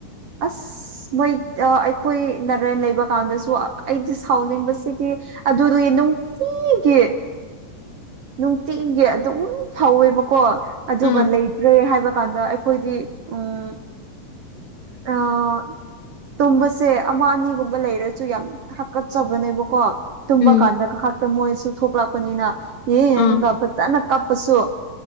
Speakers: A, on the right (about 60°); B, on the left (about 80°).
A: ꯑꯁ ꯃꯣꯏ ꯑꯩꯈꯣꯏ ꯅꯔꯦꯟ ꯂꯩꯕ ꯀꯥꯟꯗꯁꯨ ꯑꯩꯗꯤ ꯁꯥꯎꯅꯤꯡꯕꯁꯤꯗꯤ ꯑꯗꯨꯒꯤ ꯅꯨꯡꯇꯤꯒꯤ ꯅꯨꯡꯇꯤꯒꯤ ꯑꯗꯨꯝ ꯐꯧꯋꯦꯕꯀꯣ ꯑꯗꯨꯒ
B: ꯎꯝ
A: ꯂꯩꯇ꯭ꯔꯦ ꯍꯥꯏꯕ ꯀꯥꯟꯗ ꯑꯩꯈꯣꯏꯒꯤ ꯎꯝ ꯑꯥ ꯇꯨꯝꯕꯁꯦ ꯑꯃ ꯑꯅꯤꯒꯨꯝꯕ ꯂꯩꯔꯁꯨ ꯌꯥꯝ ꯍꯥꯀꯠꯆꯕꯅꯦꯕꯀꯣ ꯇꯨꯝꯕ
B: ꯎꯝ
A: ꯀꯥꯟꯗ ꯈꯥꯛꯇ ꯃꯣꯏꯁꯨ ꯊꯣꯛꯂꯛꯄꯅꯤꯅ ꯌꯦꯒ
B: ꯑꯥ
A: ꯐꯖꯅ ꯀꯞꯄꯁꯨ